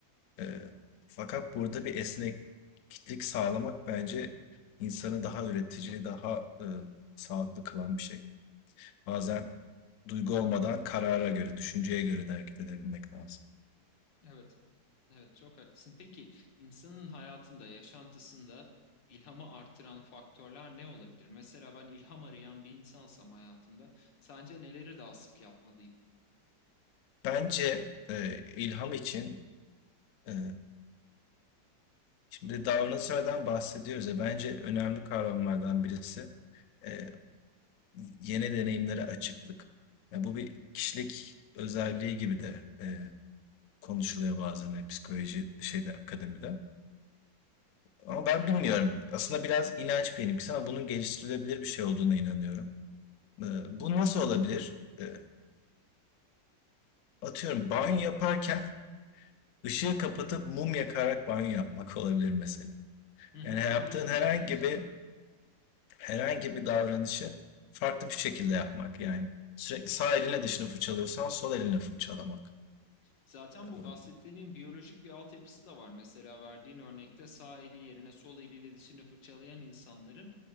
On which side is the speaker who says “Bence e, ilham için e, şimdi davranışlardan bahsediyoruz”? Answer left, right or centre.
Left